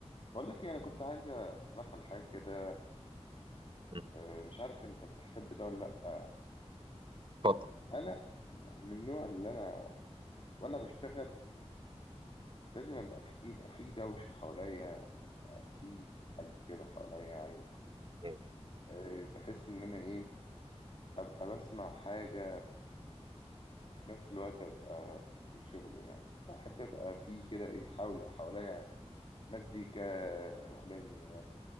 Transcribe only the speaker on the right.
مم.
اتفضل
مم.